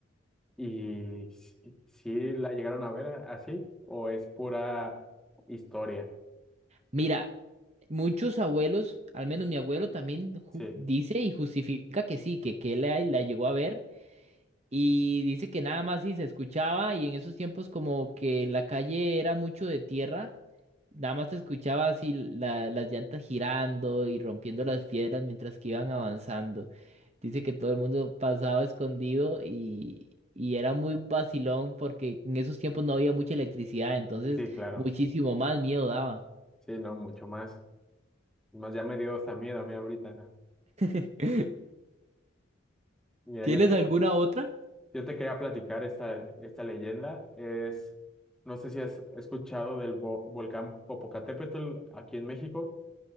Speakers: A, in the centre; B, on the right.
A: ¿Y si, si la llegaron a ver a- así o es pura historia?
B: Mira, muchos abuelos, al menos mi abuelo también ju-
A: Sí,
B: dice y justifica que sí, que, que él la, la llegó a ver. Y dice que nada más sí se escuchaba y en esos tiempos como que la calle era mucho de tierra Nada más te escuchaba así la- las llantas girando y rompiendo las piedras mientras que iban avanzando. Dice que todo el mundo pasaba escondido y, y era muy vacilón porque en esos tiempos no había mucha electricidad, entonces
A: sí, claro.
B: muchísimo más miedo daba.
A: Sí, no, mucho más. Más ya me dio hasta miedo a mí ahorita.
B: <laughs>
A: Mira,
B: ¿Tienes
A: yo te,
B: alguna otra?
A: yo te quería platicar esta, esta leyenda. Es, no sé si has escuchado del vo- volcán Popocatépetl aquí en México.